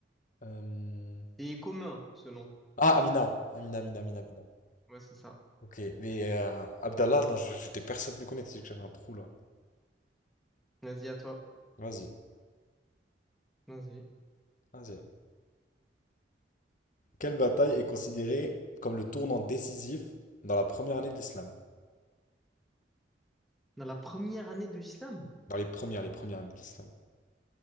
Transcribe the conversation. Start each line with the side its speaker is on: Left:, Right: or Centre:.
Left: Euh,
Centre: C'est commun, ce nom.
Left: Ah, Amina. Amina, Amina, Amina, Amina.
Centre: Ouais, c'est ça.
Left: Ok. Mais euh, Abdallah, non, je- j'étais personne de le connaître, c'est que j'avais un trou là.
Centre: Vas-y, à toi.
Left: Vas-y.
Centre: Vas-y.
Left: Vas-y. Quelle bataille est considérée comme le tournant décisif dans la première année de l'islam?
Centre: Dans la première année de l'islam,
Left: Dans les premières, les premières années de l'islam.